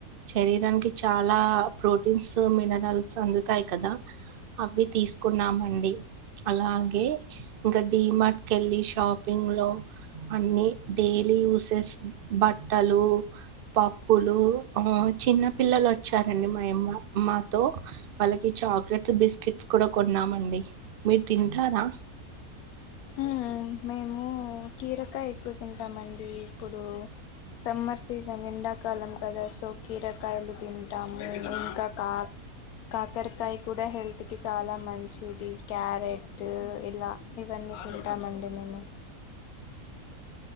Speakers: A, on the right (about 50°); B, on the left (about 75°).
A: శరీరానికి చాలా ప్రోటీన్స్ మినరల్స్ అందుతాయి కదా అవి తీసుకున్నామండి అలాగే ఇంకా మార్ట్కి వెళ్ళి షాపింగ్లో అన్నీ డైలీ యూసెస్ బట్టలు పప్పులు చిన్న పిల్లలు వచ్చారండి మాయమ్మ మాతో వాళ్ళకి చాక్లెట్స్ బిస్కట్స్ కూడా కొన్నామండి మీరు తింటారా
B: మ్ మేము కీరకాయ ఎక్కువ తింటామ అండి ఇప్పుడు సమ్మర్ సీజన్ ఎండాకాలం కదా సో కీరకాయలు తింటాము ఇంకా కా కాకరకాయ కూడా హెల్త్ కి చాలా మంచిది క్యారెట్ ఇలా ఇవన్నీ తింటామండి మేము